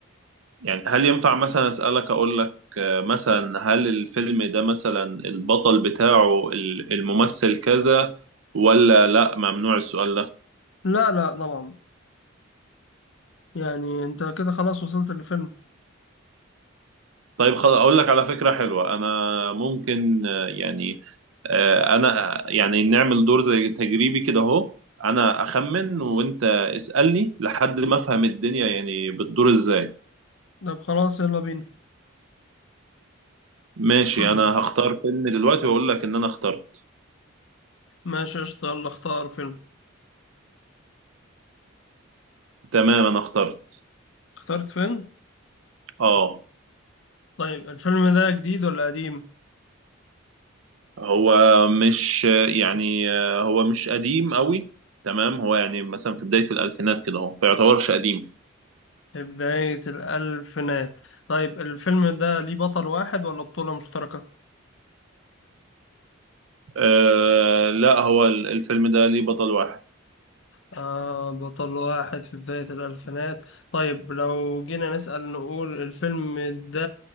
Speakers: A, on the right (about 75°); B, on the left (about 65°).
A: يعني هل ينفع مثلا أسألك أقول لك آه، مثلا هل الفيلم ده مثلا البطل بتاعه ال- الممثل كذا ولا لا ممنوع السؤال ده
B: لا لا طبعا يعني انت كده خلاص وصلت للفيلم
A: طيب خلاص أقول لك على فكرة حلوة أنا ممكن آه، يعني آه، أنا يعني نعمل دور زي تجريبي كده أهو أنا أخمن وأنت اسألني لحد ما أفهم الدنيا يعني بتدور إزاي
B: طب خلاص يلا بينا
A: ماشي
B: <clears throat>
A: انا هختار فيلم دلوقتي واقول لك ان انا اخترت
B: ماشي قشطة يلا اختار فيلم
A: تمام انا اخترت
B: اخترت فيلم
A: اه
B: طيب الفيلم ده جديد ولا قديم؟
A: هو مش يعني آه، هو مش قديم قوي تمام هو يعني مثلا في بداية الألفينات كده هو ما يعتبرش قديم
B: في بداية الألفينات طيب الفيلم ده ليه بطل واحد ولا بطولة مشتركة؟
A: آه لا هو ال- الفيلم ده ليه بطل واحد
B: آه بطل واحد في بداية الألفينات طيب لو جينا نسأل نقول الفيلم ده